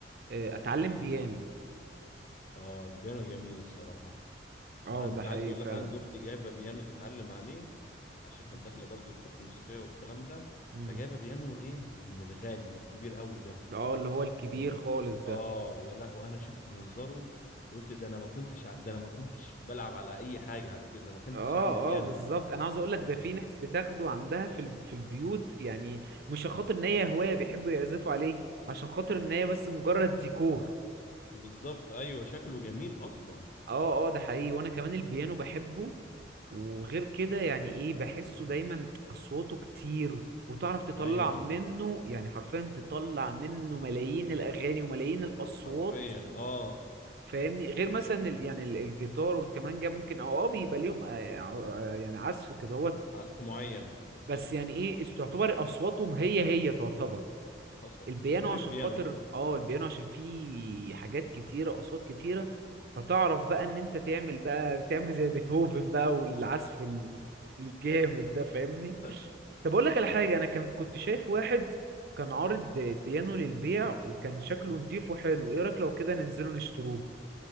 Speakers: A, on the right (about 55°); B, on the left (about 45°).
A: آه، اتعلم بيانو
B: اه البيانو جميل الصراحه
A: اه
B: انا عندي
A: ده حقيقي
B: عايز اقول لك
A: فعلا
B: عندي اختي جايبه بيانو تتعلم عليه عشان كانت داخله برضو الفرقه الموسيقيه والكلام ده
A: امم
B: فجايبه بيانو ايه من الغالي الكبير قوي ده
A: اه اللي هو الكبير
B: كانوا
A: خالص ده
B: اه يا لهوي انا شفت منظره قلت ده انا ما كنتش ع- ده انا ما كنتش بلعب على اي حاجه على كده ما كنتش
A: اه
B: عندي بيانو
A: اه بالظبط انا عاوز اقول لك ده
B: <laughs> إيه.
A: في ناس بتاخده عندها في ال- في البيوت يعني مش عشان خاطر ان هي هوايه بيحبوا يعزفوا عليه عشان خاطر ان هي بس مجرد ديكور
B: بالظبط ايوه شكله جميل اصلا
A: اه اه ده حقيقي وانا كمان البيانو بحبه وغير كده يعني ايه بحسه دايما اصواته كتير وتعرف تطلع
B: ايوه
A: منه يعني حرفيا تطلع منه ملايين الاغاني وملايين الاصوات
B: حرفيا اه
A: فاهمني غير مثلا ال- يعني ال- الجيتار والكمانجا ممكن اه اه بيبقى ليهم آه، ع- يعني عزف كده هوت
B: عزف معين بالظبط
A: بس يعني ايه است- تعتبر اصواتهم هي هي تعتبر
B: حصل
A: البيانو
B: غير
A: عشان
B: البيانو
A: خاطر اه البيانو عشان فيه حاجات كتيرة اصوات كتيرة فتعرف بقى ان انت تعمل بقى تعمل زي بيتهوفن بقى والعزف ال- الجامد ده فاهمني
B: <laughs>
A: طب اقول لك على حاجة انا كان كنت شايف واحد كان عارض بيانو للبيع وكان شكله نضيف وحلو ايه رأيك لو كده ننزله نشتروه